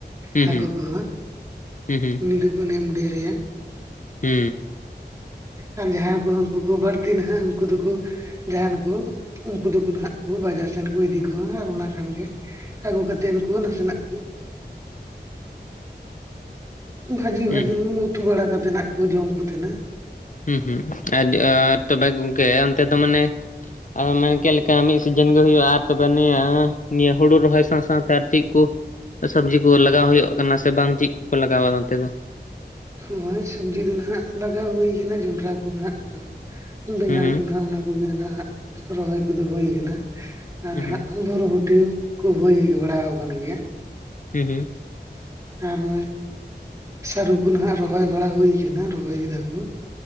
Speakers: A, on the left; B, on the right.
A: ᱦᱩᱸ
B: ᱦᱟᱹᱠᱩ
A: ᱦᱩᱸ
B: ᱠᱚᱦᱚᱸ
A: ᱦᱩᱸ
B: ᱩᱱᱤ ᱫᱩᱵᱩᱱ ᱮᱢ ᱰᱷᱮᱨᱮᱭᱟ᱾
A: ᱦᱩᱸ
B: ᱟᱨ ᱡᱟᱦᱟᱸᱭ ᱠᱚ ᱩᱱᱠᱩ ᱠᱚ ᱵᱟᱹᱲᱛᱤ ᱱᱟᱦᱟᱜ ᱩᱱᱠᱩ ᱫᱩᱠᱩ᱾ ᱡᱟᱦᱟᱱ ᱠᱩ ᱩᱱᱠᱩ ᱫᱚᱠᱚ ᱦᱱᱟᱜ ᱵᱟᱡᱟᱨ ᱥᱮᱱ ᱠᱚ ᱤᱫᱤ ᱠᱚᱣᱟ ᱟᱨ ᱚᱱᱟ ᱠᱷᱟᱱᱜᱮ᱾ ᱟᱹᱜᱩ ᱠᱟᱛᱮ ᱩᱱᱠᱩ ᱱᱟᱥᱮᱱᱟᱜ ᱠᱚ ᱵᱷᱟᱹᱡᱤ
A: ᱦᱩᱸ
B: ᱵᱷᱟᱹᱡᱤ ᱩᱛᱩ ᱵᱟᱲᱟ ᱠᱟᱛᱮᱫ ᱱᱟᱜ ᱠᱚ ᱡᱚᱢᱠᱩ ᱛᱟᱦᱮᱸᱱᱟ᱾
A: ᱦᱩᱸ ᱦᱩᱸ ᱟᱨ ᱛᱚᱵᱮ ᱜᱚᱝᱠᱮ ᱚᱱᱛᱮ ᱫᱚ ᱢᱟᱱᱮ ᱟ ᱢᱟᱱ ᱠᱮᱫ ᱞᱮᱠᱟ ᱢᱤᱫ ᱥᱤᱡᱤᱱ ᱜᱮ ᱦᱩᱭᱩᱜᱼᱟ ᱟᱨ ᱛᱚᱠᱮ ᱱᱤᱭᱟᱹ ᱱᱤᱭᱟᱹ ᱦᱩᱲᱩ ᱨᱚᱦᱚᱭ ᱥᱟᱶ ᱥᱟᱶᱛᱮ ᱟᱨ ᱪᱤᱫ ᱠᱚ? ᱥᱚᱵᱽᱡᱤ ᱠᱚ ᱞᱟᱜᱟᱣ ᱦᱩᱭᱩᱜ ᱠᱟᱱᱟ ᱥᱮ ᱵᱟᱝ ᱪᱤᱫ ᱠᱚᱠᱚ ᱞᱟᱜᱟᱣᱟ ᱚᱱᱛᱮ ᱫᱚ᱾
B: ᱱᱚᱜᱼᱚᱭ ᱥᱚᱵᱽᱡᱤ ᱫᱚ ᱱᱟᱦᱟᱜ ᱞᱟᱜᱟᱣ ᱦᱩᱭᱠᱟᱱᱟ ᱡᱚᱱᱰᱟᱨᱟ ᱠᱚ ᱱᱟᱦᱟᱜ ᱵᱮᱸᱜᱟᱲ
A: ᱦᱩᱸ ᱦᱩᱸ
B: ᱠᱚ ᱱᱟᱜ ᱚᱱᱟ ᱠᱚ᱾ <inaudible> ᱨᱚᱦᱚᱭ ᱠᱚᱫᱚ ᱦᱩᱭ ᱟᱠᱟᱱᱟ ᱟᱨ
A: ᱦᱩᱸ
B: ᱦᱟᱸᱜ ᱵᱩᱨᱵᱩ <unintelligible> ᱠᱩ ᱦᱩᱭ ᱵᱟᱲᱟ ᱟᱠᱟᱱ ᱜᱮᱭᱟ᱾
A: ᱦᱩᱸ ᱦᱩᱸ᱾
B: ᱟᱨ ᱱᱚᱜᱼᱚᱭ ᱥᱟᱹᱨᱩ ᱠᱚ ᱱᱟᱦᱟᱜ ᱨᱚᱦᱚᱭ ᱵᱟᱲᱟ ᱦᱩᱭᱩ ᱟᱠᱟᱱᱟ ᱨᱚᱦᱚᱭ ᱠᱮᱫᱟ ᱠᱩ᱾